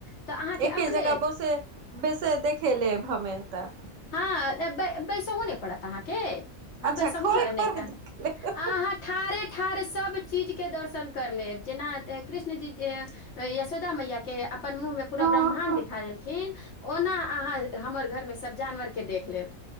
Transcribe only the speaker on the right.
एके
जगह बसे बेसे देखे लेब हमे तऽ
अच्छा
खरे
खरे
देख लेब
हँ
हँ